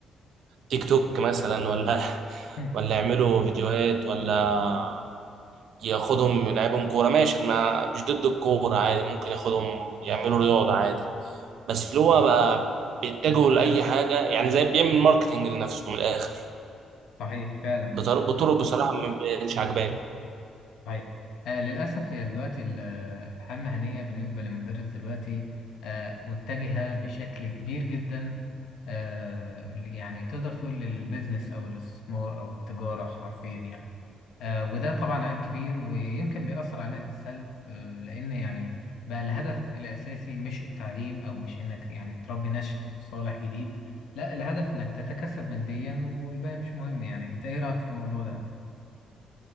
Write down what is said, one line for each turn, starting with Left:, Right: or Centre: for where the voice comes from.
Right: تيك توك مثلا ولا <laughs>
Left: <laughs>
Right: ولا يعملوا فيديوهات ولا ياخدهم يلعبهم كورة ماشي ما مش ضد الكورة عادي ممكن ياخدهم يعملوا رياضة عادي بس اللي هو بقى بيتجهوا لأي حاجة يعني زي بيعمل ماركتينج لنفسه من الآخر
Left: صحيح فعلا
Right: بطرق بطرق بصراحة ما بقتش عجباني
Left: صحيح آه للأسف هي دلوقتي ال- الحياة المهنية بالنسبة للمدرس دلوقتي آه متجهة بشكل كبير جدا آه يعني تقدر تقول للبيزنس أو الاستثمار أو التجارة حرفيا يعني آه وده طبعا عيب كبير ويمكن بيأثر عليها بالسلب آه لأن يعني بقى الهدف الأساسي مش التعليم أو مش إنك يعني تربي نشء صالح جديد لا الهدف إنك تتكسب ماديا والباقي مش مهم يعني أنت إيه رأيك في الموضوع ده؟